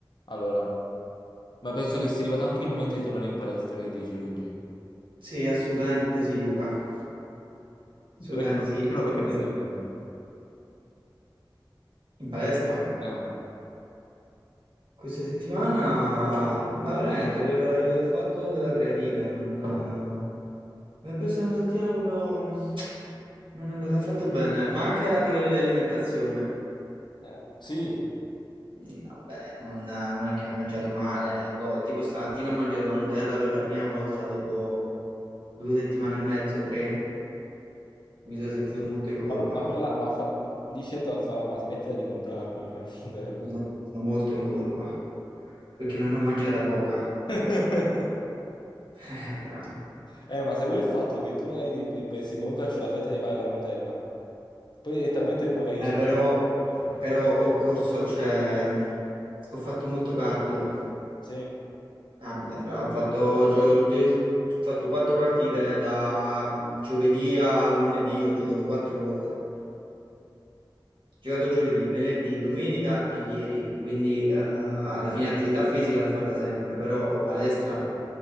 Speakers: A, on the left; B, on the right.
A: Allora, ma penso che sia arrivato anche il momento di tornare in palestra, che dici Luigi?
B: Sì, assolutamente sì, Luca.
A: Ma
B: Assolutamente
A: Perché no? Perché
B: sì. Io devo-
A: no? Perché non
B: devo-
A: stai venendo?
B: in palestra
A: Eh,
B: questa settimana, ma veramente per il fatto della creatina, non... eh, mi è persa una settimana proprio... Non è andata affatto bene, ma anche a livello di alimentazione.
A: eh, sì,
B: Mm, Vabbè, non, non è che ho mangiato male. o co- Tipo stamattina ho mangiato la Nutella per la prima volta dopo due settimane e mezzo, tre. Mi sono sentito molto in colpa.
A: ma, ma, falla- ma fa- ma- dici a tua mamma, ma smettila di comprarmi eh, <laughs> Nutella.
B: mi sento molto in colpa perché non ne ho mangiata poca.
A: <laughs>
B: <laughs>
A: Eh, ma sai pure il fatto che tu magari ti- ti pensi, ma mi faccio la fetta di pane con la Nutella? Poi è talmente buona che dici...
B: Eh, però, eh,
A: "Ma-
B: però- però ho corso, cioè, ho fatto molto cardio.
A: Sì,
B: Ah, beh, fra- ho fatto, gio- tutti- ho fatto quattro partite da mm, giovedì a lunedì, ho giocato quattro volte. Giocato giovedì, venerdì, domenica e ieri, quindi eh, alla fine attività fisica l'ho fatta sempre, però palestra